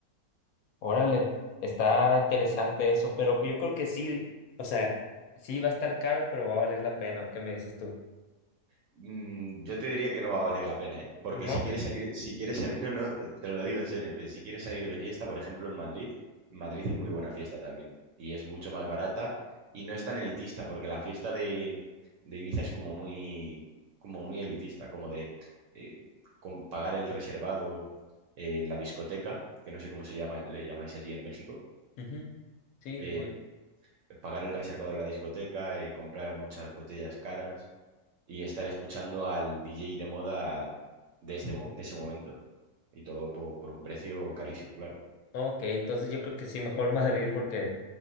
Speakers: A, on the left (about 70°); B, on the right (about 65°).
A: órale, está interesante eso, pero yo creo que sí, o sea, sí va a estar caro, pero va a valer la pena, ¿o qué me dices tú?
B: Mm, Yo te diría que no va a valer la pena, ¿eh? Porque
A: ¿No?
B: si quieres salir, si quieres salir, <laughs> no, no, te, te lo digo en serio, eh, si quieres salir de fiesta, por ejemplo, en Madrid, en Madrid hay muy buena fiesta también y es mucho más barata y no es tan elitista, porque la fiesta de, de Ibiza es como muy, como muy elitista, como de eh, con pagar el reservado, eh, la discoteca, que no sé cómo se llama, le llamáis allí en México,
A: Ujú, Sí,
B: eh,
A: igual.
B: pagar el reservado en la discoteca, eh, comprar muchas botellas caras y estar escuchando al DJ de moda de, este, mo- de ese momento. Y todo po- por, un precio carísimo, claro.
A: Ok, entonces yo creo que sí, mejor <laughs> Madrid, porque